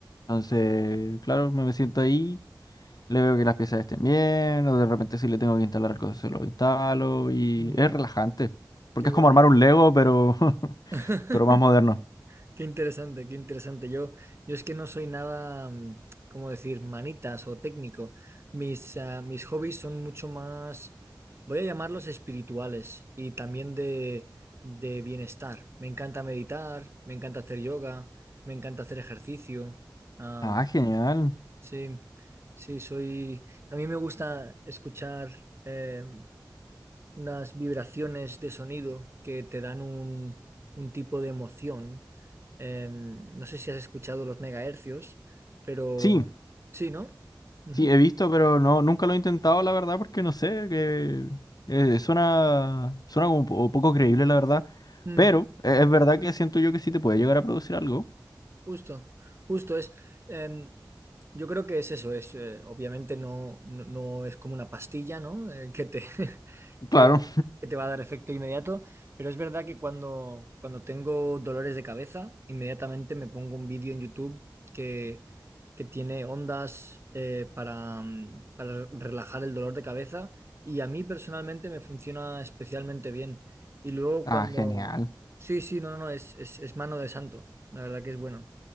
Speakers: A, on the left; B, on the right.
A: Entonces, claro, me siento ahí, le veo que las piezas estén bien, o de repente si le tengo que instalar algo, se lo instalo, y
B: mm,
A: es relajante, porque
B: qué bueno.
A: es como armar un Lego, pero, <laughs>
B: <laughs>
A: pero más moderno.
B: Qué interesante, qué interesante. Yo, yo es que no soy nada, mm, ¿cómo decir?, manitas o técnico. Mis, ah, mis hobbies son mucho más, voy a llamarlos espirituales y también de, de bienestar. Me encanta meditar, me encanta hacer yoga, me encanta hacer ejercicio. Ah,
A: Ah, genial.
B: Sí, sí, soy. A mí me gusta escuchar eh, unas vibraciones de sonido que te dan un, un tipo de emoción. Eh, no sé si has escuchado los megahercios, pero
A: Sí,
B: sí, ¿no? Ujú.
A: Sí, he visto, pero no, nunca lo he intentado, la verdad, porque no sé, que eh, suena, suena como po- poco creíble, la verdad.
B: Mm,
A: Pero eh, es verdad que siento yo que sí te puede llegar a producir algo.
B: justo, justo es. eh, Yo creo que es eso, es eh, obviamente no, no, no es como una pastilla, ¿no? Eh, que te, <laughs> que,
A: Claro.
B: que te va a dar efecto inmediato, pero es verdad que cuando, cuando tengo dolores de cabeza, inmediatamente me pongo un vídeo en YouTube que, que tiene ondas eh, para, mm, para relajar el dolor de cabeza y a mí personalmente me funciona especialmente bien. Y luego
A: Ah,
B: cuando...
A: genial.
B: Sí, sí, no, no, no, es, es, es mano de santo, la verdad que es bueno.